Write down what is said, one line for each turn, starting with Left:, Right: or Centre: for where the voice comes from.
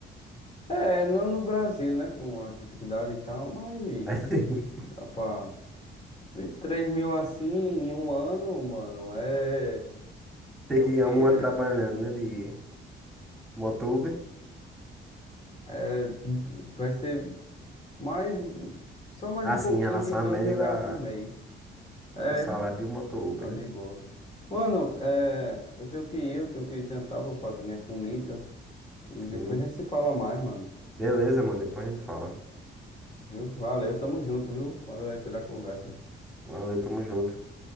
Left: É, não no Brasil, né? Com as dificuldades e tal, mas
Centre: <laughs>
Left: dá pra. 23 mil assim em um ano, mano, é.
Centre: Tem
Left: É
Centre: que
Left: o quê?
Centre: é um
Left: É,
Centre: ano trabalhando, né? De moto Uber.
Left: é, é- vai ser mais. Só mais
Centre: Ah,
Left: um
Centre: sim,
Left: pouquinho
Centre: em relação
Left: de 2
Centre: à média
Left: mil real
Centre: da,
Left: por mês. É,
Centre: do salário de um moto Uber,
Left: tá de
Centre: né?
Left: boa. Mano, é, eu tenho que ir, eu tenho que ir jantar, vou fazer minha comida. E
Centre: Sim.
Left: depois a gente se fala mais, mano.
Centre: Beleza, mano. Depois a gente fala.
Left: Viu? Valeu, tamo junto, viu? Valeu aí pela conversa.
Centre: Valeu, tamo junto.